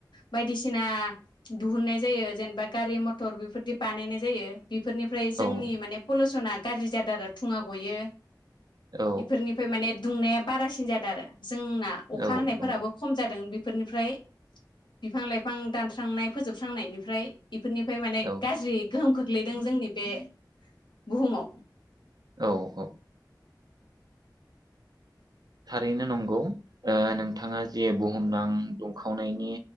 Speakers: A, on the left; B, on the right.
A: बायदिसिना दुहुननाय जायो जेनेबा गारि मथर बेफोरदि बानायनाय जायो । बेफोरनिफ्राय जोंनि
B: औ
A: माने पलुसना गाज्रि जादो‌ आरो थुङा गयो
B: औ
A: इफोरनिफ्राय माने दुंनाया बारासिन जादों आरो जोंना अखा
B: औ
A: हानायफोराबो खम जादों बेफोर बेफोरनिफ्राय बिफां लाइफां दानस्रांनाय फोजोबस्रांनायनिफ्राय इफोरनिफ्राय माने
B: औ
A: गाज्रि गोहोम खोख्लै गोग्लैदों जोंनि बे बुहुमाव
B: औ औ थारैनो नंगौ ओ नोंथाङा जे बुहुमनां दुंखावनायनि